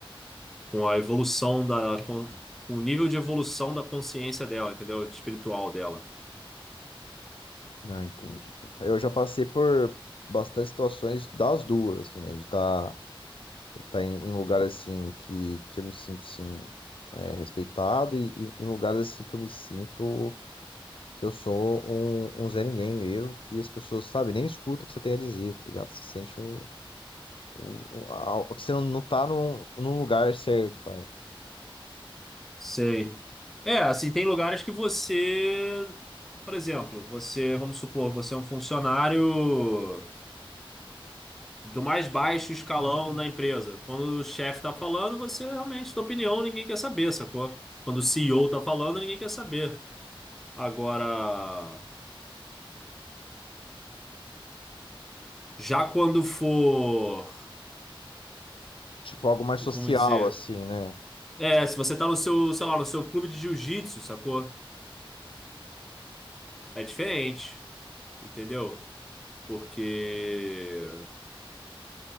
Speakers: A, in the centre; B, on the left (about 70°).
A: com a evolução da, com, com o nível de evolução da consciência dela, entendeu? Espiritual dela.
B: Ah, entendi, cara. Eu já passei por bastante situações das duas, assim, né? De estar Tá em, em lugares assim que, que eu me sinto assim, é, respeitado e, e em lugares assim que eu me sinto que eu sou um, um Zé Ninguém mesmo, que as pessoas, sabe, nem escutam o que você tem a dizer, tá ligado? Você sente um, um, um al- que você não, não tá num, num lugar certo, sabe?
A: Sei. É, assim, tem lugares que você, por exemplo, você, vamos supor, você é um funcionário. do mais baixo escalão da empresa. Quando o chefe tá falando, você realmente, tua opinião, ninguém quer saber, sacou? Quando o C E O tá falando, ninguém quer saber. Agora, já quando for,
B: Tipo algo mais social,
A: como dizer?
B: assim, né?
A: É, se você tá no seu, sei lá, no seu clube de jiu-jitsu, sacou? É diferente, entendeu? Porque,